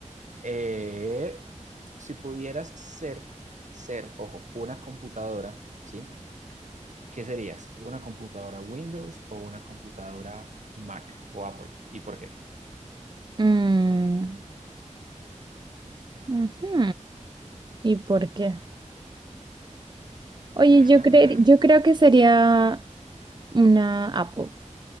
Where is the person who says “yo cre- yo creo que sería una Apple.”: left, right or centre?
Right